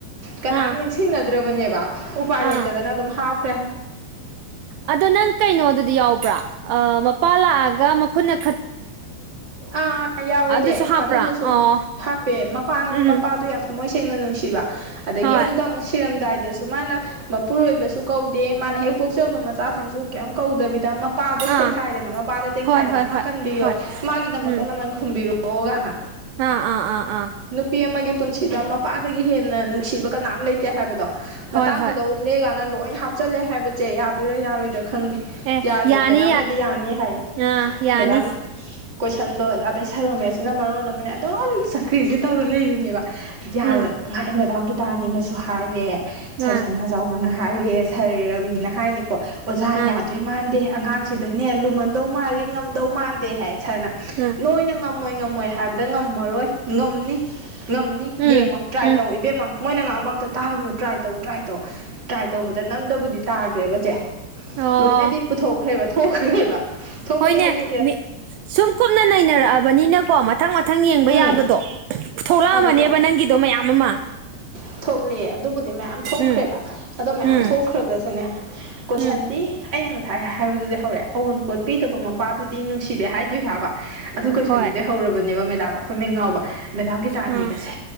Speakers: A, on the right; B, on the right.
A: ꯀꯅꯥꯝ
B: ꯑꯥ
A: ꯅꯤꯡꯁꯤꯡꯅꯗ꯭ꯔꯕꯅꯦꯕ ꯎꯄꯥꯏ
B: ꯑꯥ
A: ꯂꯩꯇꯗꯅ ꯑꯗꯨꯝ ꯍꯞ
B: ꯑꯗꯣ ꯅꯪ ꯀꯩꯅꯣꯗꯨꯗꯤ ꯌꯥꯎꯕ꯭ꯔꯣ ꯃꯄꯥ ꯂꯥꯛꯑꯒ ꯈꯨꯟꯅ
A: ꯑꯥ ꯌꯥꯎꯋꯦꯗ
B: ꯑꯗꯨꯁꯨ ꯍꯥꯞꯄ꯭ꯔꯥ
A: ꯑꯗꯨꯗ ꯁ
B: ꯑꯣ
A: ꯍꯥꯞꯄꯦ ꯃꯄꯥꯥꯟ
B: ꯎꯝ
A: ꯃꯄꯥꯗꯣ ꯌꯥꯝ ꯊꯃꯣꯏ ꯁꯦꯡꯅ ꯅꯨꯡꯁꯤꯕ ꯑꯗꯒꯤ
B: ꯍꯣꯏ
A: ꯑꯗꯨꯗ ꯑꯃꯨꯛ ꯁꯤꯔꯝꯗꯥꯏꯗ ꯗꯁꯨ ꯃꯥꯅ ꯃꯄꯨꯔꯣꯏꯕꯁꯨ ꯀꯧꯗꯦ ꯃꯥꯅ ꯍꯦꯛ ꯄꯣꯛꯆꯕ ꯃꯆꯥꯁꯤꯡꯁꯨ ꯀꯩꯝ ꯀꯧꯗꯕꯤꯗ ꯃꯄꯥꯗ
B: ꯑꯥ
A: ꯁꯩꯊꯥꯏꯗꯅ ꯃꯄꯥꯗ ꯇꯦꯡꯊꯥꯏꯗꯅ
B: ꯍꯣꯏ ꯍꯣꯏ
A: ꯃꯥ
B: ꯍꯣꯏ
A: ꯈꯨꯝꯕꯤꯑꯣ
B: ꯍꯣꯏ
A: ꯃꯥꯒꯤꯗ ꯃꯨꯝ
B: ꯎꯝ
A: ꯂꯝꯟ ꯕꯤꯔꯣꯒꯥꯏꯅ
B: ꯑꯥ ꯑꯥ ꯑꯥ ꯑꯥ
A: ꯅꯨꯄꯤ ꯑꯃꯥꯒꯤ ꯄꯨꯟꯁꯤꯗ ꯃꯄꯥꯗꯒꯤ ꯍꯦꯟꯅ ꯅꯨꯡꯁꯤꯕ ꯀꯅꯥꯝ ꯂꯩꯇꯦ ꯍꯥꯏꯕꯗꯣ ꯃꯇꯥꯡꯗꯨꯗ
B: ꯍꯣꯏ ꯍꯣꯏ
A: ꯎꯜꯂꯦ ꯀꯥꯟꯅ ꯂꯣꯏ ꯍꯥꯞ ꯆꯂꯦ ꯍꯥꯏꯕ ꯁꯦ ꯌꯥꯗꯣꯏꯔꯥ ꯌꯥꯔꯣꯏꯗꯔꯥ ꯈꯪꯗꯦ
B: ꯑꯦ
A: ꯌꯥꯗꯦ
B: ꯌꯥꯅꯤ
A: ꯃꯦꯗꯥꯝꯅꯗꯤ ꯌꯥꯅꯤ ꯍꯥꯏꯌꯦ
B: ꯑꯥ ꯌꯥꯅꯤ
A: ꯃꯦꯗꯥꯝ ꯀꯣꯏꯁꯟꯗꯣ ꯑꯗꯩ ꯁꯥꯔ ꯔꯣꯃꯦꯁꯤꯅ ꯃꯔꯣꯟ ꯑꯃꯅꯦ ꯑꯗꯨꯝ ꯆꯀ꯭ꯔꯤꯁꯤ ꯇꯧꯔ ꯂꯩꯕꯅꯦꯕ ꯌꯥꯔꯣꯏ
B: ꯎꯝ
A: ꯉꯍꯥꯏ ꯃꯦꯗꯥꯝꯒꯤ ꯇꯥꯅꯤꯅꯁꯨ ꯍꯥꯏꯔꯦ ꯁꯥꯔ
B: ꯑꯥ
A: ꯁꯥꯟꯅꯖꯥꯎꯕꯅ ꯍꯥꯏ ꯔꯦꯁ ꯁꯥꯔ ꯔꯥꯕꯤꯅ ꯍꯥꯏꯅꯤꯀꯣ ꯑꯣꯖꯥ
B: ꯑꯥ
A: ꯌꯥꯗꯣꯏ ꯃꯥꯟꯗꯦ ꯑꯉꯥꯡꯁꯤꯗꯅꯦ ꯂꯨꯃꯟꯗꯧ ꯃꯥꯜꯂꯤ ꯗꯧ ꯃꯥꯟꯗꯦ ꯍꯥꯏ ꯁꯥꯔꯅ
B: ꯎꯝ
A: ꯅꯣꯏꯅ ꯉꯝ ꯉꯝꯃꯣꯏ ꯉꯝꯃꯣꯏ ꯍꯥꯏꯕꯗ ꯉꯝꯃꯔꯣꯏ ꯉꯝꯅꯤ ꯉꯝꯅꯤ
B: ꯎꯝ
A: ꯌꯦꯡꯉꯣ ꯇ꯭ꯔꯥꯏ
B: ꯎꯝ
A: ꯇꯧ ꯏꯕꯦꯝꯃ ꯃꯣꯏꯅ ꯉꯥꯡꯉ ꯑꯃ ꯇꯥꯔꯅꯨ ꯇ꯭ꯔꯥꯏ ꯇꯧ ꯇ꯭ꯔꯥꯏ ꯇꯧ ꯇ꯭ꯔꯥꯏ ꯇꯧꯕꯗ ꯑꯗ ꯅꯝꯗꯕꯨꯗꯤ ꯇꯥꯈ꯭ꯔꯦꯕꯁꯦ
B: ꯑꯣ
A: ꯂꯣꯏꯅꯗꯤ ꯄꯨꯊꯣꯛꯈ꯭ꯔꯦꯕ ꯊꯣꯛꯈ꯭ꯔꯦꯕ ꯊꯣꯛꯄꯒꯤ
B: ꯍꯣꯏꯅꯦ
A: ꯍꯥꯏꯗꯤ
B: ꯃꯤ ꯁꯨꯝ ꯀꯨꯞꯅ ꯅꯩꯅꯔꯛꯑꯕꯅꯤꯅꯀꯣ ꯃꯊꯪ ꯃꯊꯪ ꯌꯦꯡꯕ
A: ꯎꯝ
B: ꯌꯥꯕꯗꯣ ꯊꯣꯛꯂꯛꯑꯃꯅꯦꯕ
A: ꯑꯗꯨꯗ
B: ꯅꯪꯒꯤꯗꯣ ꯃꯌꯥꯝ ꯑꯃ
A: ꯊꯣꯛꯂꯤꯑꯦ ꯑꯗꯨꯕꯨꯗꯤ ꯗꯤ ꯃꯌꯥꯝ ꯊꯣꯛꯈ꯭ꯔꯦꯕ
B: ꯎꯝ
A: ꯑꯗꯣ ꯃꯌꯥꯝ
B: ꯎꯝ
A: ꯊꯣꯛꯈ꯭ꯔꯒꯁꯨꯅꯦ ꯀꯣꯏꯁꯟꯗꯤ
B: ꯎꯝ
A: ꯑꯩꯅ ꯉꯁꯥꯏ ꯍꯥꯏꯕꯗꯨꯗꯤ ꯍꯧꯔꯛꯑꯦ ꯑꯍꯟꯄꯣꯠ ꯄꯤꯗꯕ ꯃꯄꯥ ꯑꯗꯨꯗꯤ ꯅꯨꯡꯁꯤꯗꯦ ꯍꯥꯏꯗꯣꯏ꯭ꯔꯕ ꯑꯗꯨ ꯀꯣꯏꯁꯟꯗꯨꯗꯤ
B: ꯍꯣꯏ
A: ꯍꯧꯔꯕꯅꯦꯕ ꯃꯦꯗꯥꯝ ꯑꯩꯈꯣꯏ ꯃꯤꯡ ꯉꯥꯎꯕ ꯃꯦꯗꯥꯝꯒꯤ ꯇꯥꯔꯅꯤꯒꯁꯦ
B: ꯎꯝ